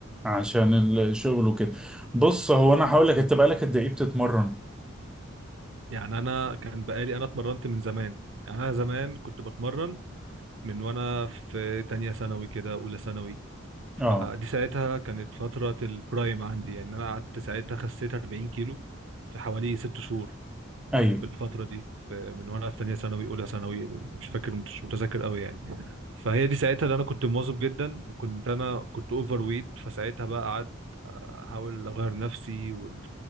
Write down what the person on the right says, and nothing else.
يعني انا كان بقالي انا اتمرنت من زمان يعني انا زمان كنت بتمرن من وانا في تانية ثانوي كده اولى ثانوي فدي
ساعتها كانت فترة البرايم عندي يعني أنا قعدت ساعتها خسيت 40 كيلو في حوالي ست شهور
في الفترة دي في من وأنا في تانية ثانوي أولى ثانوي مش فاكر مش متذكر قوي يعني فهي دي ساعتها اللي أنا كنت مواظب جدا وكنت أنا كنت أوفر ويت فساعتها بقى قعدت أحاول أغير نفسي وال...